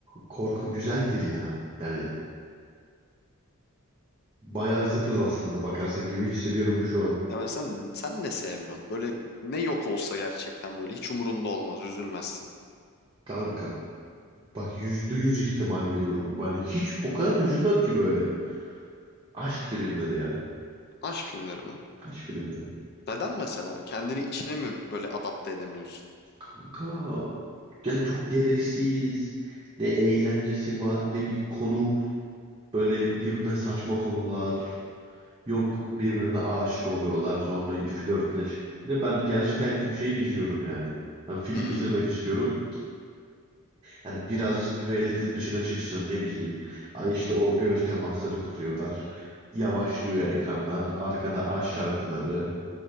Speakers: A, on the right (about 25°); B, on the left (about 45°).
A: Korku güzeldir ya. Yani Bayağı zıtız aslında bakarsak gibi hissediyorum şu an.
B: Ya mesela sen sen ne sevmiyorsun? Böyle ne yok olsa gerçekten böyle hiç umurunda olmaz, üzülmezsin.
A: Kankam. Bak yüzde yüz ihtimal veriyorum. Yani hiç o kadar üzülmem ki böyle. Aşk filmleri ya.
B: Aşk filmleri mi?
A: Aşk filmleri.
B: Neden mesela? Kendini içine mi böyle adapte edemiyorsun?
A: Kanka. Yani çok gereksiz. Ne eğlencesi var ne bir konu. Böyle birbirine saçma konular. Yok birbirine aşık oluyorlar sonra flörtleş. Ne ben gerçek hayatta bir şey mi izliyorum yani? Ben film
B: Hmm.
A: izlemek istiyorum. Yani birazcık realitenin dışına çıksın ne bileyim. Ay işte o göz temasları kuruyorlar. Yavaşlıyor ekranlar. Arkada aşk şarkıları.